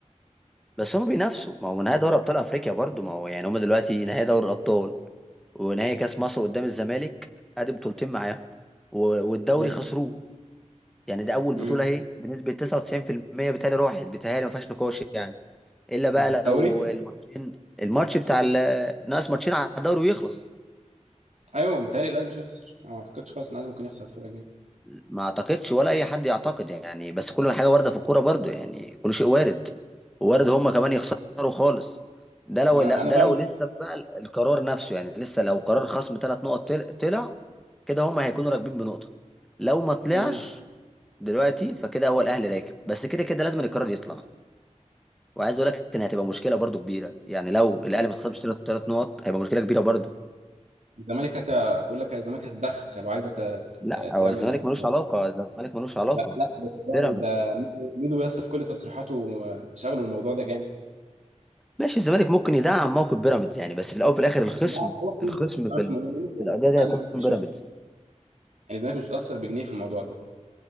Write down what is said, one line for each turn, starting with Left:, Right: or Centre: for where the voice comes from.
Centre: بس هم بينافسوا ما هو نهائي دوري ابطال افريقيا برضو ما هو يعني هم دلوقتي نهائي دوري الابطال ونهائي كاس مصر قدام الزمالك ادي بطولتين معاهم و- والدوري
Right: امم
Centre: خسروه يعني ده اول بطوله
Right: امم
Centre: اهي بنسبه 99% بتهيألي راحت بتهيألي ما فيهاش نقاش يعني الا بقى
Right: الدوري
Centre: لو الماتشين الماتش بتاع ال- ناقص ماتشين على الدوري ويخلص
Right: ايوه بيتهيألي الاهلي مش هيخسر انا ما اعتقدش خالص ان الاهلي ممكن يخسر الفتره الجايه
Centre: ما اعتقدش ولا اي حد يعتقد يعني بس كل حاجه وارده في الكوره برضو يعني كل شيء وارد وارد هم كمان يخسروا خالص ده لو
Right: ما انا
Centre: لا-
Right: انا
Centre: ده
Right: بقى
Centre: لو لسه بقى ال- القرار نفسه يعني لسه لو قرار خصم ثلاث نقط طل- طلع كده هم هيكونوا راكبين بنقطه لو ما طلعش
Right: امم
Centre: دلوقتي فكده هو الاهلي راكب بس كده كده لازم القرار يطلع وعايز اقول لك ان هتبقى مشكله برضو كبيره يعني لو الاهلي ما خصمش ثلاث نقط هيبقى مشكله كبيره برضو
Right: الزمالك هت... بيقول لك الزمالك هتتدخل وعايزه ت...
Centre: لا هو
Right: تعمل
Centre: الزمالك ملوش
Right: حاجه
Centre: علاقه الزمالك ملوش علاقه
Right: ده لا ده
Centre: بيراميدز
Right: ده ميدو ميدو ياسر في كل تصريحاته شغله الموضوع ده جامد
Centre: ماشي الزمالك ممكن يدعم موقف بيراميدز يعني بس في الاول وفي الاخر الخصم
Right: لا ده هو ميدو
Centre: الخصم
Right: كمان
Centre: في
Right: في
Centre: ال...
Right: الموضوع ده.
Centre: في الاداء
Right: الزمالك مثلاً
Centre: ده هيكون بيراميدز
Right: مش مت... يعني الزمالك مش متاثر بجنيه في الموضوع ده